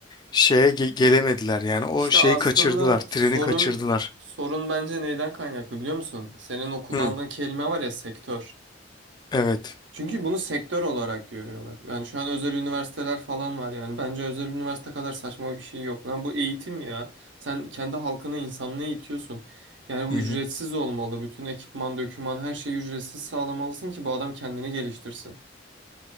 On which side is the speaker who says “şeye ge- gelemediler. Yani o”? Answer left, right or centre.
Left